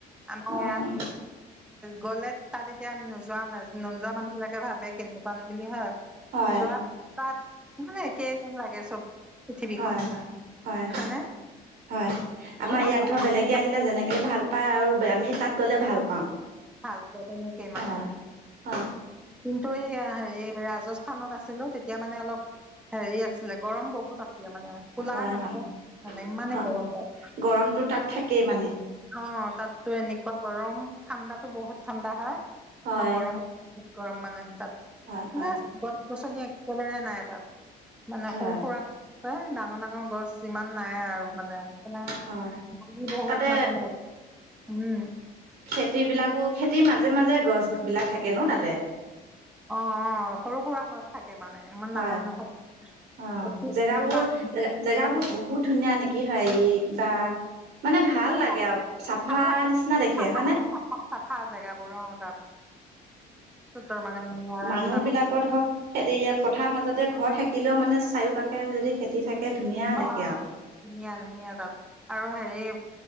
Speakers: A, in the centre; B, on the right (about 75°).
A: আমাৰ
B: অ',
A: ইয়াত গ'লে তাত এতিয়া আমি নোযোৱা ন নোযোৱা মানুহবিলাকে ভাবে কেনেকুৱানো বুলি হয়!
B: হয়,
A: যোৱা পিছত তাত মানে কেইজন লাগে চব পৃথিৱীখন।
B: হয়, হয়, হয় হয়,
A: হয়নে?
B: হয়। আমাৰ
A: অলপ
B: ইয়াত
A: অলপ
B: ধৰা বেলেগে আহিলে যেনেকে ভাল পায় আৰু আমি তাত গ'লে ভাল পাওঁ।
A: ভালপোৱা তেনেকেই মানে।
B: হয়, হয়,
A: কিন্তু এই হেৰি ৰাজস্থ স্থানত আছিলো। তেতিয়া মানে অলপ হেৰি আছিলে গৰম বহুত আছিল। মানে, কুলাৰ
B: হয়,
A: নহ'লে
B: হয়,
A: মানে, ইমানে
B: হয়,
A: গৰম তাত
B: গৰমটো তাত থাকেই মানে।
A: অ' তাততো এনেকুৱা গৰম। ঠাণ্ডাতো বহুত ঠাণ্ডা হয়।
B: হয়,
A: আৰু গৰমত বহুত গৰম মানে তাত।
B: হয়, হয়,
A: এনে গছ-গছনি একেবাৰে নাই তাত। মানে
B: হয়,
A: সৰু-সুৰা গছ আছে। ডাঙৰ ডাঙৰ গছ ইমান নাই আৰু মানে। মানে
B: হয়,
A: বহুত
B: তাতে
A: মানে, উম
B: খেতিবিলাকো, খেতিৰ মাজে মাজে গছ বিলাক থাকে ন তাতে!
A: অ' অ' সৰু-সুৰা গছ থাকে। মানে ইমান
B: হয়,
A: ডাঙৰ নাথাকে
B: অ'।
A: খেতি
B: জেগাবোৰ,
A: কিন্তু তাত
B: জে-জেগাবোৰ বহুত বহুত ধুনীয়া নেকি, হেৰি কিবা মানে ভাল লাগে
A: অ
B: আৰু! চাফা
A: ভাল লাগে
B: নিচিনা দেখে
A: চাফা
B: হয়নে?
A: চাফা চাফা জেগাবোৰ অ' তাত। তাৰ মানে ধুনীয়া
B: মানুহবিলাকৰ
A: ৰাস্তা পদূলি
B: ধৰক, ইয়াত পথাৰৰ মাজতে ঘৰ থাকিলেও মানে চাৰিও কাষে যদি খেতি থাকে ধুনীয়া দেখে
A: অ'
B: আৰু।
A: ধুনীয়া ধুনীয়া তাত। আৰু হেৰি এই উ